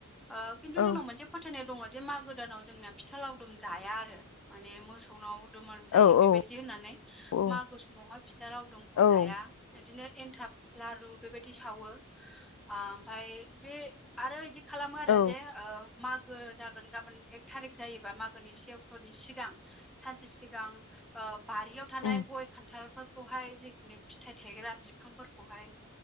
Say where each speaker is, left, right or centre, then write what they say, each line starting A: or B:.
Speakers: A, in the centre; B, on the left.
A: ओ खिन्थु
B: औ
A: जोंनाव मोनसे फोथायनाय दङ जे मागो दानाव जोंनिया फिथा लावदुम जाया आरो माने मोसौनाव दुमालु
B: औ
A: जायो बेबायदि यदि होननानै
B: औ
A: मागो समावहाय फिथा लावदुमखौ
B: औ
A: जाया बिदिनो एन्थाब लारु बेबायदि सावो। ओओमफ्राय बे आरो बिदि खालामो आरो
B: औ
A: जे ओ माग गो जागोन गाबोन एक थारिक जायोबा मागोनि से अक्ट'नि सिगां सानसे सिगां बारियाव थानाय
B: उम
A: गय खान्थालफोरखौहाय जेखुननि फिथाइ थायग्रा बिफांफोर खौहाय